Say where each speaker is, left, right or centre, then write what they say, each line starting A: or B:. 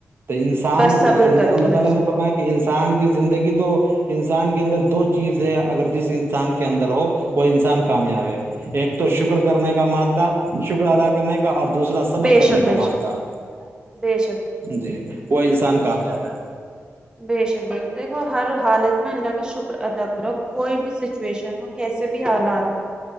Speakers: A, on the right; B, on the right.
A: تو انسان
B: بس صبر کرو
A: اللہ
B: بے
A: تعالی
B: شک
A: نے پ <unintelligible> کہ انسان کی زندگی تو انسان کے اندر دو چیز ہے اگر ج انسان کے اندر ہو وہ انسان کامیاب ہے ایک تو شکر کرنے کا مادہ شکر ادا کرنے کا اور دوسرا صبر
B: بے
A: کرنے
B: شک
A: کا
B: بے شک
A: مادہ
B: بے شک <unintelligible>
A: جی وہ انسان کامیاب ہے
B: بے شک ب دیکھو ہر حالت میں اللہ کا شکر ادا و کوئی بھی سچویشن ہو کیسے بھی حالات ہو